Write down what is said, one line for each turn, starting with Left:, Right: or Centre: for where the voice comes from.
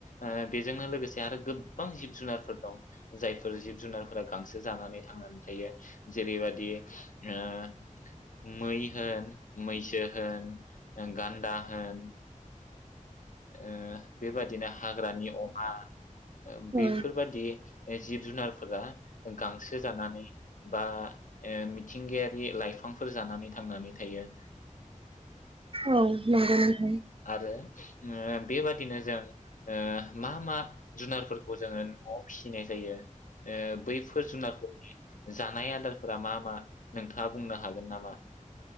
Left: ओ बेजोंनो लोगोसे आरो गोबबां जिब जुनारफोर दं जायफोर जिब जुनारफोरा गांसो जानानै थांनानै थायो जेरैबादि ओ मै होन, मैसो होन ओ गान्दा होन, ओह बेबादिनो हाग्रानि अमा ओ
Right: औ
Left: बेफोरबादि जिब जुनारफोरा गांसो जानानै बा ओ मिथिंगायारि लाइफांफोर जानानै थांनानै थायो।
Right: औ नंगौ नों
Left: आरो ओ बेबादिनो जों ओ मा मा जुनारफोरखौ जोङो नआव फिसिनाय जायो ओ बैफोर जुनारफोरनि जानाय आदारफोरा मा मा नोंथाङा बुंनो हागोन नामा?